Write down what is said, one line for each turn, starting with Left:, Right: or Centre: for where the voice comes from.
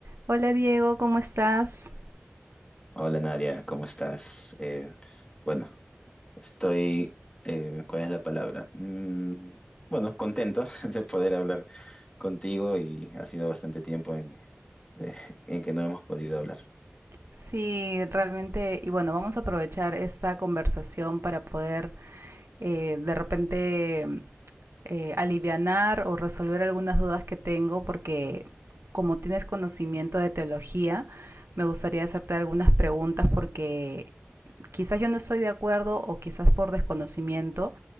Right: Hola Diego, ¿cómo estás?
Left: Hola Nadia, ¿cómo estás? Eh, bueno, estoy, eh, ¿cuál es la palabra? Mm, bueno, contento <laughs> de poder hablar contigo y ha sido bastante tiempo en, de- en que no hemos podido hablar.
Right: Sí, realmente, y bueno, vamos a aprovechar esta conversación para poder eh, de repente eh, alivianar o resolver algunas dudas que tengo, porque como tienes conocimiento de teología, me gustaría hacerte algunas preguntas porque quizás yo no estoy de acuerdo o quizás por desconocimiento,